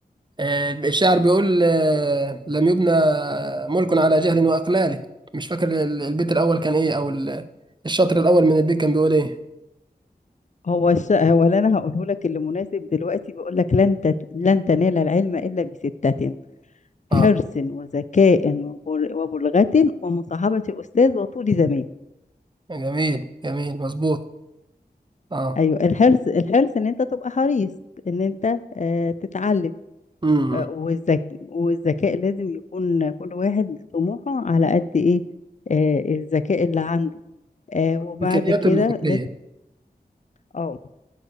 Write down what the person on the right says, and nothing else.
آه، الشاعر بيقول آه، لم يبنى ملك على جهل وإقلال مش فاكر ال- البيت الأول كان إيه أو ال- الشطر الأول من البيت كان بيقول إيه
اه
جميل جميل مظبوط اه
امم
الإمكانيات
الفكرية